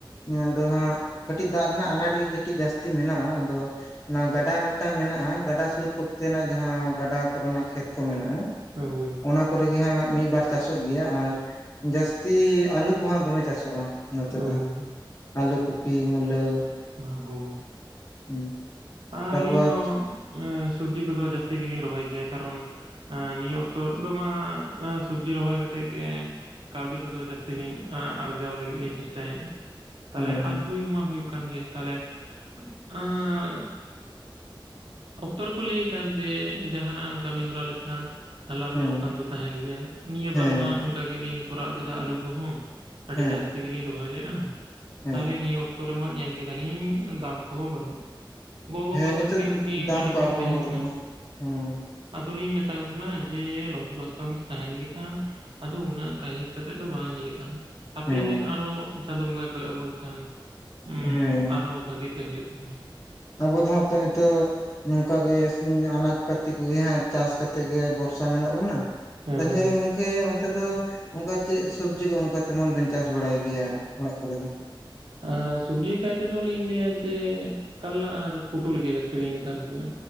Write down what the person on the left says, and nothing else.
ᱟᱫᱚ ᱦᱟᱸᱜ ᱠᱟᱹᱴᱤᱡ ᱫᱟᱜ ᱨᱮᱱᱟᱜ ᱟᱱᱟᱴ ᱜᱮ ᱠᱟᱹᱴᱤᱡ ᱡᱟᱹᱥᱛᱤ ᱢᱮᱱᱟᱜᱼᱟ ᱟᱫᱚ ᱚᱱᱟ ᱜᱟᱰᱟ ᱢᱮᱜᱴᱟᱝ ᱢᱮᱱᱟᱜᱼᱟ ᱜᱟᱰᱟ ᱥᱩᱨ ᱠᱚᱛᱮᱱᱟᱜ ᱡᱟᱦᱟᱸ ᱜᱟᱰᱟ ᱠᱚᱨᱮᱱᱟᱜ ᱠᱷᱮᱛ ᱠᱚ ᱢᱮᱱᱟᱜᱼᱟ
ᱚᱱᱟ ᱠᱚᱨᱮ ᱜᱮ ᱦᱟᱸᱜ ᱢᱤᱜ ᱵᱟᱨ ᱪᱟᱥᱚᱜ ᱜᱮᱭᱟ ᱟᱨ ᱡᱟᱹᱥᱛᱤ ᱟᱹᱞᱩ ᱠᱚ ᱦᱟᱸᱜ ᱫᱚᱢᱮ ᱪᱟᱥᱚᱜᱼᱟ᱾ ᱱᱚᱛᱮ ᱫᱚ
ᱦᱟᱸᱜ ᱟᱞᱩ ᱠᱚᱯᱤ ᱢᱩᱞᱟᱹ?
<unintelligible>
ᱛᱟᱯᱚᱨ
ᱦᱮᱸ
ᱦᱮᱸ
ᱦᱮᱸ
ᱦᱮᱸ ᱦᱮᱸ
ᱦᱮᱸ
ᱦᱮᱸ ᱱᱤᱛᱚᱜ
ᱫᱟᱢ
ᱠᱚ
ᱟᱬᱜᱚ
ᱜᱚᱫ ᱟᱠᱟᱱᱟ ᱦᱮᱸ
ᱦᱮᱸ
ᱦᱮᱸ
ᱟᱵᱚ ᱫᱚ ᱦᱚᱜ ᱛᱮ ᱱᱤᱛᱚᱜ ᱱᱚᱝ ᱠᱟᱜᱮ ᱥᱩᱢᱩᱝ ᱟᱱᱟᱡ ᱯᱟᱹᱛᱤ ᱠᱚᱜᱮ ᱦᱟᱜ ᱪᱟᱥ ᱠᱟᱛᱮ ᱜᱮ ᱵᱷᱚᱨᱥᱟ ᱢᱮᱱᱟᱜ ᱵᱚᱱᱟ᱾
ᱛᱟᱞᱦᱮ
ᱜᱚᱝᱠᱮ ᱚᱱᱛᱮ ᱫᱚ? ᱚᱱᱠᱟ ᱪᱮᱫ ᱥᱚᱵᱡᱤ ᱠᱚ ᱚᱱᱠᱟ ᱛᱮᱢᱚᱱ ᱵᱤᱱ ᱪᱟᱥ ᱵᱟᱲᱟᱭ ᱜᱮᱭᱟ ᱚᱲᱟᱜ ᱠᱚᱨᱮ ᱫᱚ?